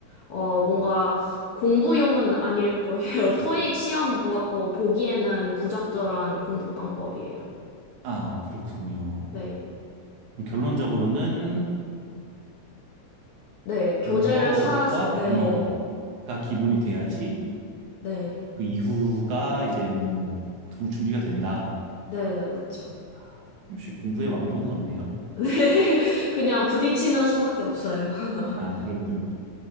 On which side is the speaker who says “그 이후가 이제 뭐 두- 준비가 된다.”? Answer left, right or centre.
Right